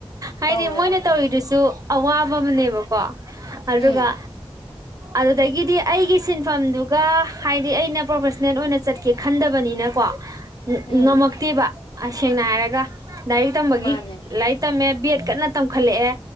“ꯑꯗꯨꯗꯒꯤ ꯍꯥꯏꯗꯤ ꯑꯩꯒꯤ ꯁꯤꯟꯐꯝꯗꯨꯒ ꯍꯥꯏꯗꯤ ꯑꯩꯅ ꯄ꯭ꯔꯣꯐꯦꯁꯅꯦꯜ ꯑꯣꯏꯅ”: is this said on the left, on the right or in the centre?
Right